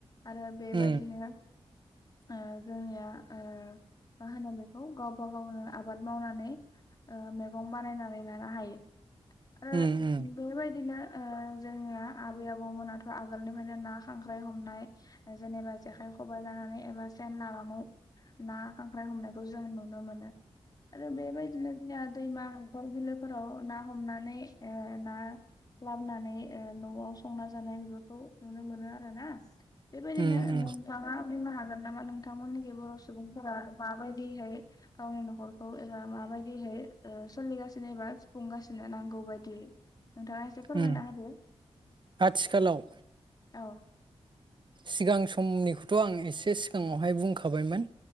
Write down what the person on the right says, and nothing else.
उम
उम उम।
उम उम
उम
आथिखालाव
सिगां समनिखौथ' आं एसे सिगाङावहाय बुंखाबायमोन